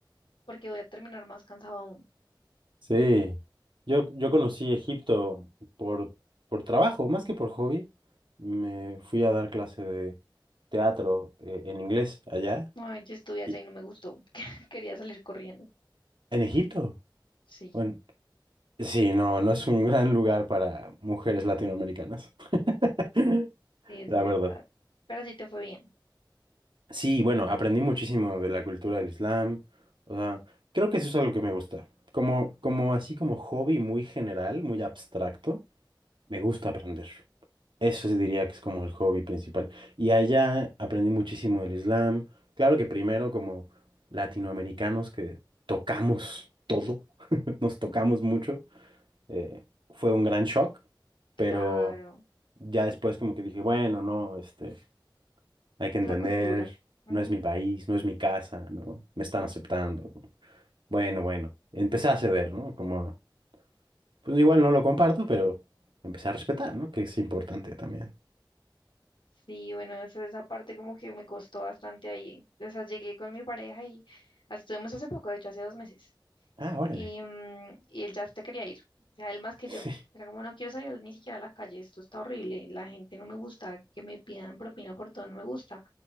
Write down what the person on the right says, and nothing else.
Sí, yo, yo conocí Egipto por, por trabajo, más que por hobby. Me fui a dar clase de teatro eh, en inglés allá,
y-
en Egipto.
Bueno, sí, no, no es un gran lugar para mujeres latinoamericanas, <laughs>
la
verdad.
Sí, bueno, aprendí muchísimo de la cultura del Islam. O sea, creo que eso es algo que me gusta. Como, como así como hobby muy general, muy abstracto, me gusta aprender. Eso sí diría que es como el hobby principal. Y allá aprendí muchísimo del Islam. Claro que primero como latinoamericanos que tocamos todo, <laughs> nos tocamos mucho, eh, fue un gran shock,
pero ya después como que dije, bueno, no, este, hay que entender,
no es mi país, no es mi casa, ¿no? Me están aceptando. ¿no? Bueno, bueno, empecé a ceder, ¿no? Como, a- pues igual no lo comparto, pero empecé a respetar, ¿no? Que es importante también.
Ah, órale.
<laughs>